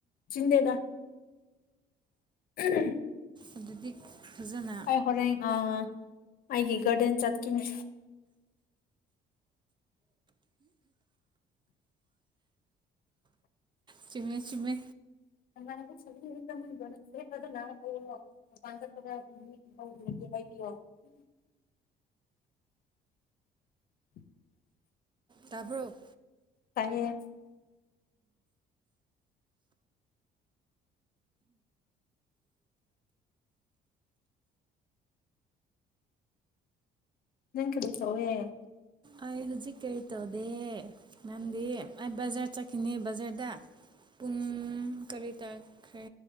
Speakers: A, on the left (about 60°); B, on the right (about 30°).
A: ꯆꯤꯗꯦꯗ ꯎꯝ
B: ꯑꯗꯨꯗꯤ ꯐꯖꯅ
A: ꯑꯩ ꯍꯣꯔꯦꯟ ꯑ ꯑꯩꯒꯤ ꯒꯔꯗꯦꯟ ꯆꯠꯀꯤꯅꯤ
B: ꯆꯃꯦ ꯆꯨꯝꯃꯦ
A: <unintelligible> ꯈꯔ ꯃꯤꯦ ꯍꯥꯏꯕꯤꯌꯣ <inaudible>
B: ꯇꯥꯕ꯭ꯔꯣ
A: ꯇꯥꯏꯌꯦ ꯅꯪ ꯀꯕꯨ ꯇꯣꯍꯦ
B: ꯑꯩ ꯍꯧꯖꯤꯛ ꯀꯩ ꯇꯧꯗꯦ ꯅꯪꯗꯤ ꯑꯩ ꯕꯖꯥꯔ ꯆꯠꯀꯤꯅꯤ ꯕꯖꯥꯔꯗ ꯄꯨꯡ ꯀꯔꯤ ꯇꯥꯈ꯭ꯔꯦ